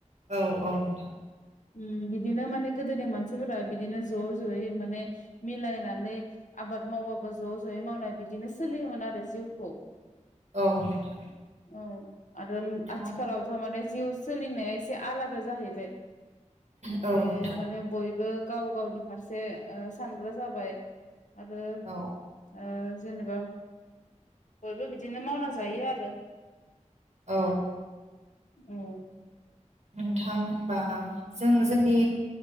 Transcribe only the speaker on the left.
उम बिदिनो माने गोदोनि मानसिफोरा बिदिनो ज' ज'यै माने मिलायनानै। आबाद मावबाबो ज' ज'यै मावनाय बिदिनो सोलियोमोन आरो जिउखौ।
औ आरो उम
आथिखालावथ' माने जिउ सोलिनाया एसे आलादा जाहैबाय।
बे
माने बयबो गाव गावनि फारसे ओ सानग्रा जाबाय। आरो ओ।
जेनेबा बयबो बिदिनो मावना जायो आरो।
उम।